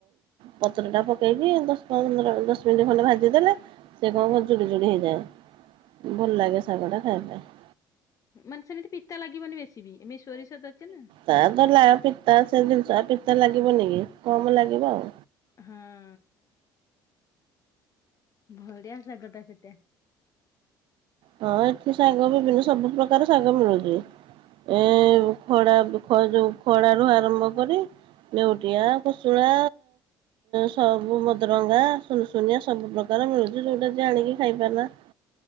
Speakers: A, on the right; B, on the left.
A: ପତ୍ର ଟା ପକେଇକି ଦଶ ଦଶ ମିନିଟ୍ ଖଣ୍ଡେ ଭାଜିଦେଲେ ସେ କଣ ଜୁଡି ଜୁଡି ହେଇଯାଏ। ଭଲ ଲାଗେ ଶାଗଟା ଖାଇବା ପାଇଁ।
B: ମାନେ ସେମିତି ପିତା ଲାଗିବନି ବେଶୀ ବି ଏମିତି ସୋରିଷ ଅଛି ନା।
A: ତା ତ ନା ପିତା ସେ ଜିନିଷ ପିତା ଲାଗିବନି କି କମ ଲାଗିବ ଆଉ।
B: ହଁ। ଭଡିଆସାଗଟା ସେଟା।
A: ହଁ ଏଠି ଶାଗ ବିଭିନ୍ନ ସବୁ ପ୍ରକାର ଶାଗ ମିଳୁଛି। ଏ ଖଡା ବ ଯୋଉ ଖଡାରୁୁ ଆରମ୍ଭ କରି ନେଉଟିଆ ଖୁସୁଣା ସବୁ ମଦରଙ୍ଗା ସୁନସୁନିଆ ସବୁ ପ୍ରକାର ମିଳୁଛି ଯୋଉଟା ଯେ ଆଣିକି ଖାଇପାରିଲା।